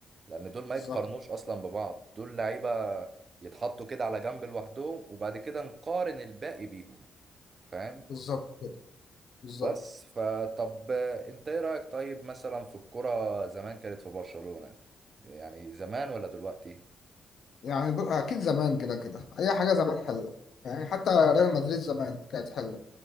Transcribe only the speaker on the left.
بالظبط
بالظبط كده بالظبط
يعني دول أكيد زمان كده كده أي حاجة زمان حلوة يعني حتى ريال مدريد زمان كانت حلوة